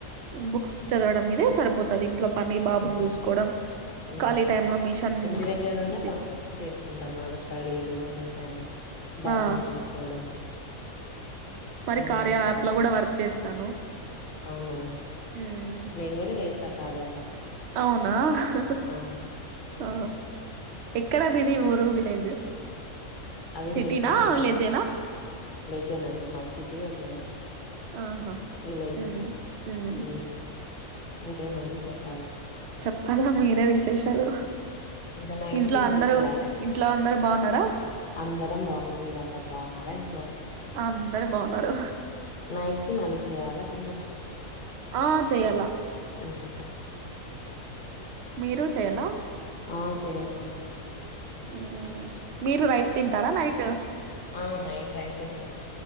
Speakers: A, on the right (about 55°); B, on the left (about 40°).
A: బుక్స్ చదవడం మీదే సరిపోతుంది ఇంట్లో పని బాబును
B: ఉహు
A: చూసుకోవడం
B: ఉహు
A: ఖాళీ టైమ్ లో మిషన్
B: ఇంటి దగ్గరున్న
A: స్ట్
B: పనులు చేసుకుంటున్నారు స్టడీలు మిషను బాబుని
A: ఆ
B: చూసుకోవడం
A: మరి
B: అన్ని
A: కార్య
B: చేస్తాను
A: యాప్ లో కూడా వర్క్ చేస్తాను
B: అవునా
A: మ్మ్
B: నేను కూడా చేస్తా కార్యాలో
A: అవునా హా
B: ఆ
A: ఆ ఎక్కడ మీది ఊరు విలేజ్
B: అవి
A: సిటీనా
B: మెన్షన్ చేయగుడదు
A: విలేజేనా
B: జే నండి మా సిటీ ఏం లేదు
A: ఆహా
B: విలేజ్
A: ఉమ్ ఉమ్
B: హుమ్ ఇంకేమండి చెప్ పలి
A: చెప్పాలా మీరే విశేషాలు
B: ఇంకా నైట్
A: ఇంట్లో
B: కి మళ్ళీ
A: అందరు
B: చేయాలా
A: ఇంట్లో అందరు బావున్నారా
B: అందరం బావున్నాం మీరందరు బావున్నారా ఇంట్లో
A: అందరు బాగున్నారు
B: నైట్ కి మళ్ళీ చేయాలా డిన్నర్
A: ఆ చెయ్యాల
B: హు హు
A: మీరు చెయాల
B: ఆ చేయాల్లా
A: ఉమ్ మీరు రైస్ తింటారా నైట్
B: ఆ నైట్ రైసే తినేది